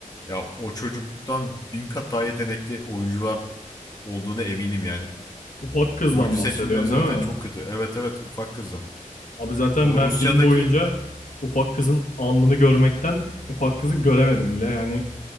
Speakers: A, on the left; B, on the left.
A: Ya o çocuktan bin kat daha yetenekli oyuncular olduğuna eminim yani.
B: Ufak kızdan
A: Oyuncu
B: bahsediyorsun
A: seçimleri zaten
B: değil mi?
A: çok kötü. Evet evet ufak kızdan.
B: Abi zaten
A: O
B: ben
A: Rusya'daki...
B: film boyunca ufak kızın alnını görmekten ufak kızı göremedim bile. Yani